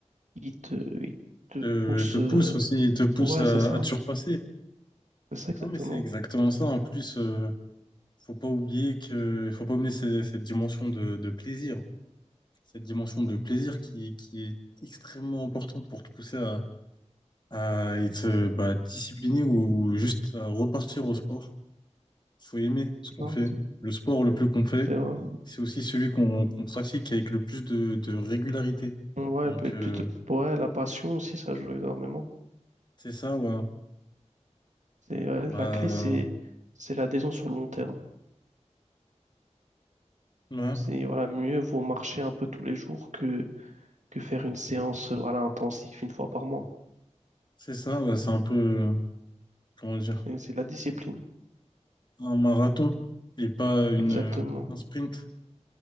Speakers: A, on the right; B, on the left.
A: il te, il te
B: Euh,
A: pousse.
B: il te pousse
A: euh,
B: aussi, il te pousse
A: Ouais,
B: à,
A: c'est ça,
B: à te surpasser.
A: c'est ça exactement.
B: Non, mais c'est exactement ça. En plus, euh, faut pas oublier que, faut pas oublier cette, cette dimension de, de plaisir. cette dimension de plaisir qui, est- qui est extrêmement importante pour te pousser à, à être euh, bah, discipliné ou juste à repartir au sport. Il faut aimer ce qu'on
A: Non,
B: fait. Le sport le plus qu'on fait,
A: c'est vrai.
B: c'est aussi celui qu'on qu'on pratique avec le plus de, de régularité.
A: Ouais,
B: Donc,
A: elle peut être
B: euh,
A: plus de... ouais, la passion aussi, ça joue énormément.
B: c'est ça, ouais.
A: C'est ouais,
B: Bah,
A: la clé, c'est c'est l'adhésion sur le long terme.
B: ouais,
A: C'est voilà, mieux vaut marcher un peu tous les jours que, que faire une séance euh, voilà, intensive une fois par mois.
B: c'est ça, ouais. C'est un peu, euh, comment dire,
A: C'est c'est la discipline.
B: un marathon et pas une,
A: Exactement.
B: euh, un sprint.